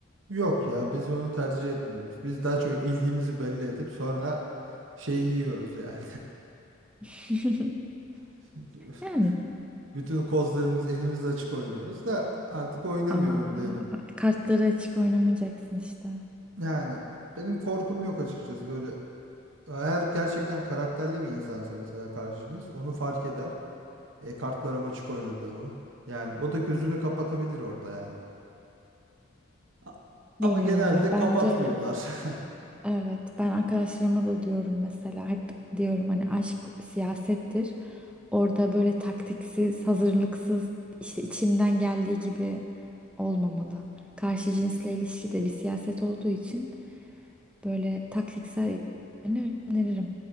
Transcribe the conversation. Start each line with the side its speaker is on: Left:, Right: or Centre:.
Right: Yok ya biz onu tercih etmiyoruz. Biz daha çok ilgimizi belli edip sonra şeyi yiyoruz yani.
Centre: <laughs>
Right: <laughs>
Centre: Yani
Right: Bütün kozlarımız elimiz açık oynuyoruz da artık oynamıyorum
Centre: Aa,
Right: diyelim.
Centre: kartları açık oynamayacaksın işte.
Right: Yani benim korkum yok açıkçası böyle. Eğer gerçekten karakterli bir insansa mesela karşı cins onu fark eder. E, kartlarım açık oynadığımı. Yani o da gözünü kapatabilir orada yani. A- Ama
Centre: Bilmiyorum
Right: genelde
Centre: ya. Bence
Right: kapatmıyorlar. <laughs>
Centre: evet. Ben arkadaşlarıma da diyorum mesela. Hep diyorum hani aşk siyasettir. Orada böyle taktiksiz, hazırlıksız, işte içimden geldiği gibi olmamalı. Karşı cinsle ilişki de bir siyaset olduğu için böyle taktiksel yönünü öneririm.